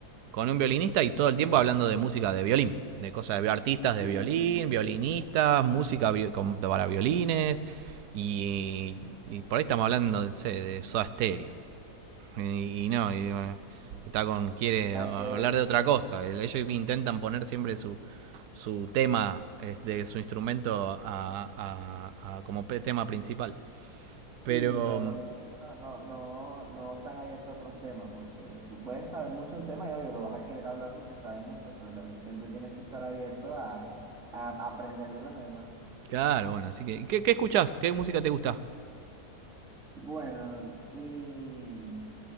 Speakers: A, on the right (about 80°); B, on the right (about 50°).
A: con un violinista y todo el tiempo hablando de música de violín, de cosas de artistas de
B: Sí.
A: violín, violinistas, música vi- para violines. Y, y por ahí estamos hablando no sé, de Soda Stereo. Y, y no, y bueno, está con quiere
B: Nada
A: hablar
B: que ver.
A: de otra cosa. Ellos intentan poner siempre su, su tema eh, de su instrumento a- a- a- como tema principal. Pero,
B: Sí, lo,
A: mm,
B: lo peor es que no, no, no, no están abiertos a otros temas, porque tú puedes saber mucho un tema y obvio lo vas a querer hablar porque sabes mucho, pero también siempre tienes que estar abierto a, a aprender de los demás.
A: claro, bueno, así que. ¿Qué, qué escuchás? ¿Qué música te gusta?
B: Bueno, mi,